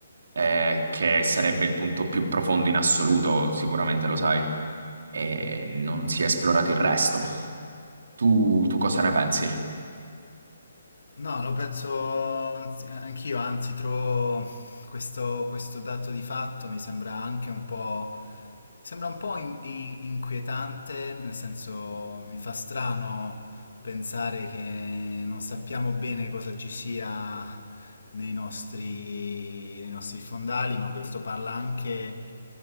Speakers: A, on the right; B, on the left.
A: eh, che sarebbe il punto più profondo in assoluto, sicuramente lo sai, e non si è esplorato il resto. Tu, tu cosa ne pensi?
B: No, lo penso anzi- anch'io, anzi, trovo questo, questo dato di fatto mi sembra anche un po', mi sembra un po' in- in- inquietante, nel senso mi fa strano pensare che non sappiamo bene cosa ci sia nei nostri, nei nostri fondali, ma questo parla anche